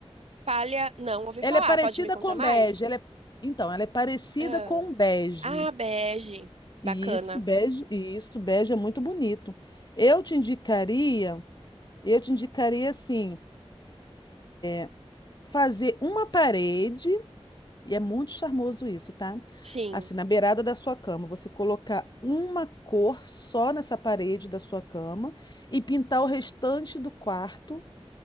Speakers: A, on the right (about 80°); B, on the left (about 45°).
A: Palha, não ouvi
B: Ela
A: falar.
B: é parecida
A: Pode me contar
B: com
A: mais?
B: bege. Ela é... Então, ela é parecida
A: Ah.
B: com bege.
A: Ah, bege. Bacana.
B: E isso, bege, e isso, bege é muito bonito. Eu te indicaria, eu te indicaria assim, eh, fazer uma parede E é muito charmoso isso, tá?
A: Sim.
B: Assim, na beirada da sua cama, você colocar uma cor só nessa parede da sua cama e pintar o restante do quarto